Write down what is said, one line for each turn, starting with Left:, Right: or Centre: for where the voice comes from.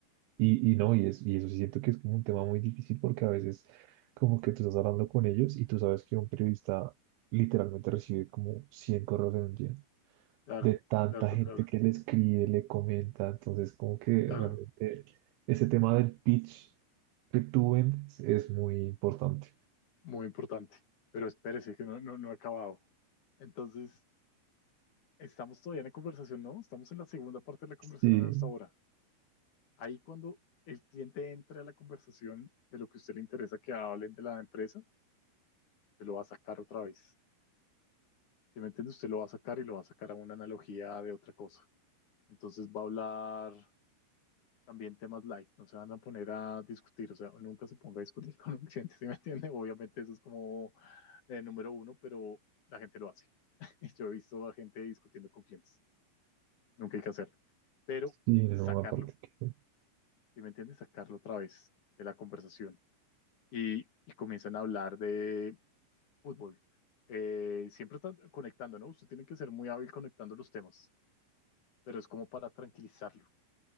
Right: y, y no, y, es, y eso sí siento que es como un tema muy difícil porque a veces como que tú estás hablando con ellos y tú sabes que un periodista literalmente recibe como 100 correos en un día.
Left: Claro,
Right: de tanta
Left: claro,
Right: gente
Left: claro,
Right: que le escribe, le comenta. Entonces, como que
Left: claro,
Right: realmente ese tema del pitch que tú vendes es muy importante.
Left: muy importante. Pero espérese, que no, no, no he acabado. Entonces, estamos todavía en la conversación, ¿no? Estamos en la segunda parte de la conversación
Right: Sí,
Left: hasta ahora. Ahí cuando el cliente entre a la conversación de lo que a usted le interesa que hablen de la empresa, se lo va a sacar otra vez. Si me entiende, usted lo va a sacar y lo va a sacar a una analogía de otra cosa. Entonces va a hablar también temas light, no se van a poner a discutir, o sea, nunca se ponga a discutir <laughs> con un cliente, ¿sí me entiende? Obviamente eso es como el número uno, pero la gente lo hace. <laughs> Yo he visto a gente discutiendo con clientes, nunca hay que hacerlo, pero
Right: sí, no,
Left: sacarlo,
Right: aparte que...
Left: ¿sí me entiende? Sacarlo otra vez de la conversación y, y comienzan a hablar de fútbol. Eh, siempre están conectando, ¿no? Usted tiene que ser muy hábil conectando los temas, pero es como para tranquilizarlo,